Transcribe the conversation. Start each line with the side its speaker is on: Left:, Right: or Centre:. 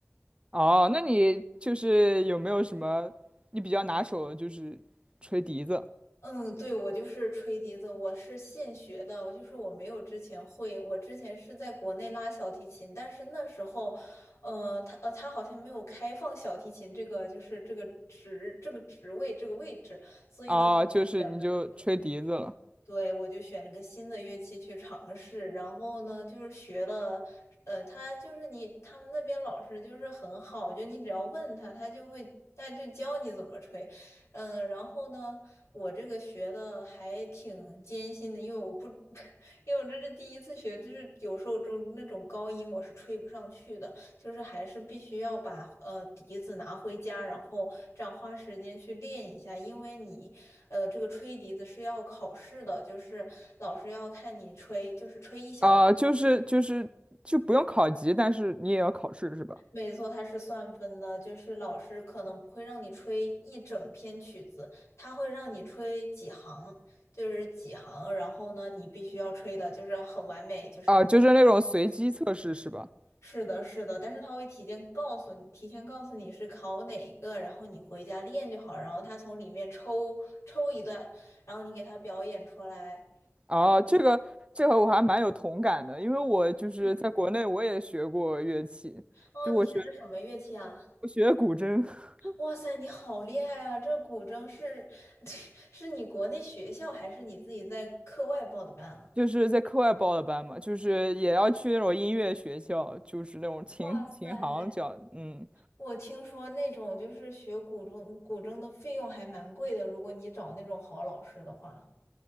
Right: 哦，那你就是有没有什么你比较拿手的，就是吹笛子
Left: 嗯，对，我就是吹笛子，我是现学的，我就是我没有之前会，我之前是在国内拉小提琴，但是那时候，呃，他呃他好像没有开放小提琴这个就是这个职这个职位这个位置，所以呢，
Right: 啊？
Left: 我就选了一个。
Right: 哦就是你就吹笛子了。
Left: 对，我就选了个新的乐器去尝试，然后呢，就是学了，呃，他就是你，他们那边老师就是很好，就你只要问他，他就会，他就教你怎么吹，嗯，然后呢，我这个学的还挺艰辛的，因为我不，<laughs> 因为我这是第一次学，就是有时候就那种高音我是吹不上去的，就是还是必须要把呃笛子拿回家，然后这样花时间去练一下，因为你呃这个吹笛子是要考试的，就是老师要看你吹，就是吹一小，
Right: 啊、就是就是就不用考级，但是你也要考试是吧？
Left: 没错，它是算分的，就是老师可能不会让你吹一整篇曲子，他会让你吹几行，就是几行，然后呢你必须要吹的就是很完美，就是。
Right: 啊、就是那种随机测试是吧？
Left: 是的，是的，但是他会提前告诉你，提前告诉你是考哪一个，然后你回家练就好，然后他从里面抽抽一段，然后你给他表演出来。
Right: 哦、这个这和我还蛮有同感的，因为我就是在国内我也学过乐器，
Left: 嗯，哦，
Right: 就我学
Left: 你学的什么乐器啊？
Right: 我学古筝，<laughs>
Left: 哇塞，你好厉害啊！这古筝是 <laughs> 是你国内学校还是你自己在课外报的班啊？
Right: 就是在课外报的班嘛，就是也要去那种音乐学校，就是那种琴琴行教。
Left: 哇塞，
Right: 嗯。
Left: 我听说那种就是学古筝，古筝的费用还蛮贵的，如果你找那种好老师的话。